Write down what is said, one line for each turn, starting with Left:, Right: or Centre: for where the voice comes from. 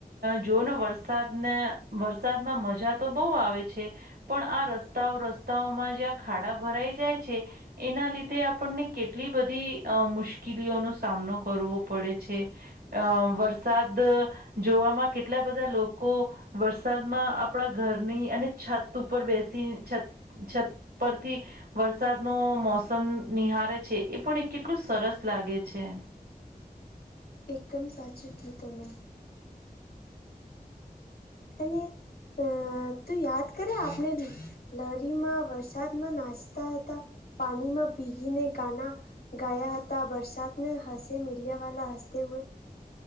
Right: જોને વરસાદને વરસાદમાં મજા તો બહુ આવે છે. પણ આ રસ્તાઓ રસ્તાઓમાં જ્યાં ખાડા ભરાઈ જાય છે. એના લીધે આપણને કેટલી બધી અ મુશ્કેલીઓનો સામનો કરવો. પડે છે અ વરસાદ જોવામાં કેટલા બધા લોકો. વરસાદમાં આપણા ઘરની અને છત ઉપર બેસી છત. છત પરથી. વરસાદ નું મોસમ નિહારે છે એ પણ કેટલું સરસ લાગે છે.
Left: એકદમ સાચું કીધું તમે. એને અ તું યાદ કરે આપણે ને. લરીમાં વરસાદમાં નાચતા હતા પાણીમાં ભીગીને ગાના. ગાયા હતા બરસાત મે હસી મલ્યા વા હસતે હુવે.